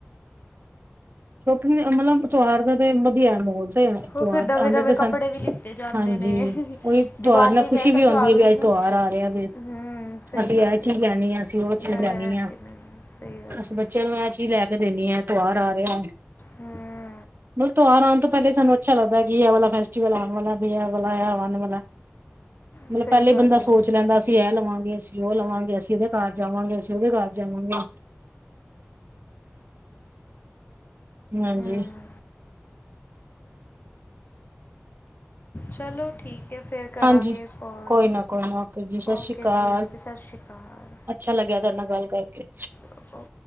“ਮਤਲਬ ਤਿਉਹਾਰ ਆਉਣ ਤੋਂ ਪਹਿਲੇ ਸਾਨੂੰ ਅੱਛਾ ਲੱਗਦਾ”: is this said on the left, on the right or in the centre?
Right